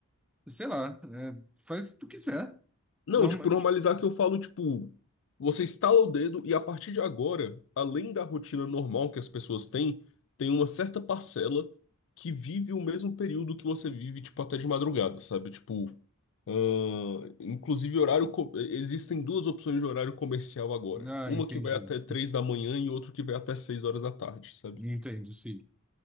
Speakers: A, in the centre; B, on the left.
A: sei lá, é, faz o que tu quiser.
B: Não,
A: Normal,
B: tipo, normalizar
A: tipo,
B: que eu falo, tipo, você estala o dedo e a partir de agora, além da rotina normal que as pessoas têm, tem uma certa parcela que vive o mesmo período que você vive, tipo, até de madrugada, sabe? Tipo, ahn, inclusive horário, co- existem duas opções de horário comercial agora.
A: ah,
B: Uma
A: entendi.
B: que vai até três da manhã e outra que vai até seis horas da tarde, sabe?
A: Entendo, sim.